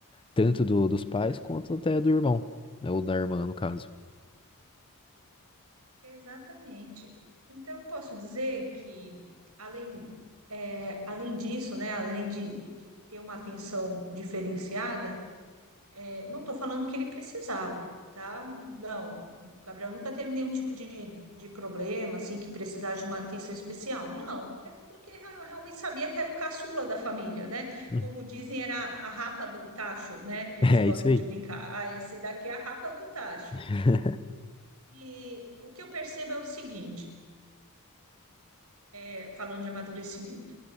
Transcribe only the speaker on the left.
tanto do, dos pais quanto até do irmão, né? Ou da irmã, no caso.
Uhum.
<laughs> É
isso aí.
<laughs>